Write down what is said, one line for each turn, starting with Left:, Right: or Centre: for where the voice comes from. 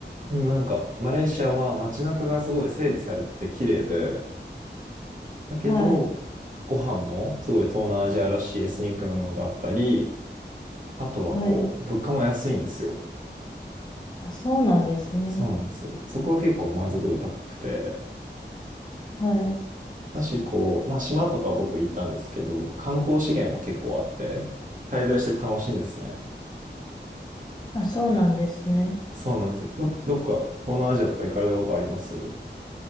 Right: でもなんか、マレーシアは街中がすごい整備されてて綺麗で、だけど、
Left: はい。
Right: ご飯もすごい東南アジアらしいエスニックなものがあったり、あとはこう、
Left: はい。
Right: 物価も安いんですよ。
Left: あ、そうなんですね。
Right: そうなんですよ。そこは結構満足度高くて。
Left: はい。
Right: だし、こう、まあ島とか僕行ったんですけど、観光資源も結構あって、滞在して楽しいんですね。
Left: あ、そうなんですね。
Right: そうなんですよ。ど、どっか東南アジアとか行かれたことあります